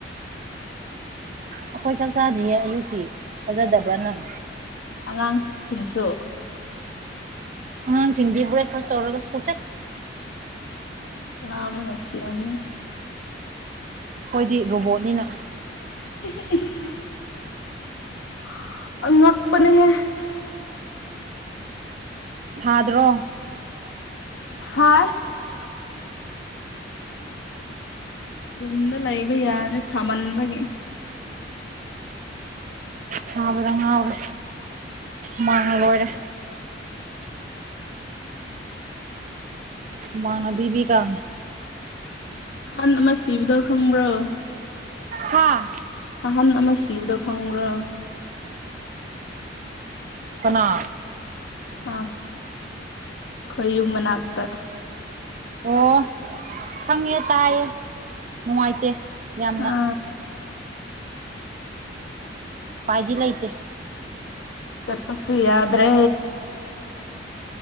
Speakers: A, on the right; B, on the left.
A: ꯑꯩꯈꯣꯏ ꯆꯥꯛꯆꯥꯗꯤꯌꯦ ꯑꯌꯨꯛꯀꯤ ꯐꯖꯗꯕ꯭ꯔꯥ ꯅꯪ
B: ꯑꯅꯥꯟ ꯁꯤꯡꯁꯨ
A: ꯎ ꯁꯤꯗ ꯍꯣꯔꯦꯛꯐꯥꯁꯔꯒꯆ
B: ꯅꯥꯃ ꯅꯁꯤꯔꯝ
A: ꯑꯩꯈꯣꯏꯗꯤ ꯔꯣꯕꯣꯠꯅꯤꯅ
B: <unintelligible> ꯑ ꯃꯄꯅꯦ ꯍꯦ
A: ꯁꯥꯗ꯭ꯔꯣ
B: ꯍꯥ ꯌꯨꯝꯗ ꯂꯩꯕ ꯌꯥꯔꯦ ꯁꯥꯃꯟꯕꯒꯤ
A: ꯆꯥꯕꯗ ꯉꯥꯎꯔꯦ ꯃꯥꯡ ꯂꯣꯏꯔꯦ ꯃꯥꯅꯕꯤꯕꯤ ꯀꯥꯉꯦ
B: ꯑ ꯃꯁꯤ ꯁꯤꯕꯗꯣ ꯈꯪꯕ꯭ꯔꯣ
A: ꯍꯥꯥ
B: ꯑꯍꯟ ꯑꯃ ꯁꯤꯕꯗꯣ ꯈꯪꯕ꯭ꯔꯥ
A: ꯄꯅꯥ
B: ꯑ ꯈꯌꯨꯝꯕꯅꯥꯛꯇ
A: ꯑꯣ ꯁꯪꯉꯦ ꯇꯥꯏꯌꯦ ꯅꯨꯡꯉꯥꯏꯇꯦ ꯌꯥꯝꯅ
B: ꯑ
A: ꯄꯥꯏꯗꯤ ꯂꯏꯇꯦ
B: ꯆꯄꯁꯤꯗ꯭ꯔꯦ